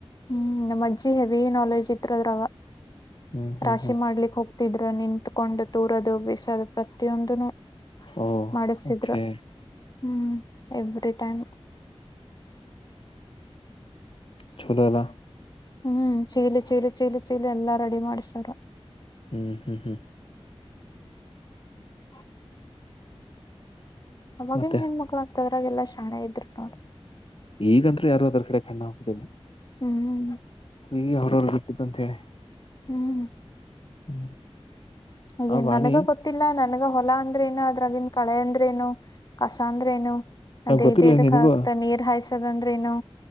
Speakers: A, on the left (about 40°); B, on the left (about 55°).
A: ಹ್ಮ್ ನಮ್ಮ ಅಜ್ಜಿ ಹೆವಿ ನಾಲೆಜ್ ಇತ್ ಅದ್ರ
B: ಹ್ಮ್ ಹ್ಮ್
A: ರಾಶಿ
B: ಹ್ಮ್
A: ಮಾಡ್ಲಿಕ್ ಹೋಗ ಇದ್ರ ನಿತ್ಕೊಂಡು ತೂರದು ಬಿಸದು ಪ್ರತಿಯೊಂದನು
B: ಓಹ್
A: ಮಾಡಿಸಿದ್ರು
B: ಓಕೆ
A: ಹ್ಮ್ ಎಟ್ ಟೈಮ್
B: ಚಲೋ ಆಗದ
A: ಹ್ಮ್ ಚೀಲಿ ಚೀಲಿ ಚೀಲಿ ಚೀಲಿ ಎಲ್ಲಾ ರೆಡಿ ಮಾಡ್ಸತಾರ
B: ಹ್ಮ್ ಹ್ಮ್ ಹ್ಮ್
A: <unintelligible> ಆಮಗನ್
B: ಮತ್ತೆ
A: ಹೆಣ್ಣ್ಮಕ್ಳ ಅಂತದ್ರಾಗ ಎಲ್ಲಾ ಶಾಣೆ ಇದ್ರು ನೋಡ
B: ಈಗಂತ ಯಾರು ಅದರ ಕಡೆ ಕಣ್ಣ ಹೋಗ್ತೇನನೆ
A: ಹ್ಮ್
B: ಈಗ ಹೊರವ ಬಿಟ್ಟ್ ಅಂತ ಹೇಳಿ
A: ಹ್ಮ್
B: ಹ್ಮ್
A: ಈ
B: ಆ ವಾಣಿ
A: ನನಗ ಗೊತ್ತಿಲ್ಲ ನನಗ ಹೊಲ ಅಂದ್ರೆ ಏನು ಅದ್ರಾಗಿನ್ ಕಳೆ ಅಂದ್ರೇಏನು ಕಸ ಅಂದ್ರೇನು
B: ಹ
A: ಅದದೇದಕ್ಕ
B: ಗೊತ್ತಿಲ್ಲ ನಿನಗೂ
A: ಆಕ್ತ ನೀರ್ ಹಾಯಸದಂದ್ರೇನು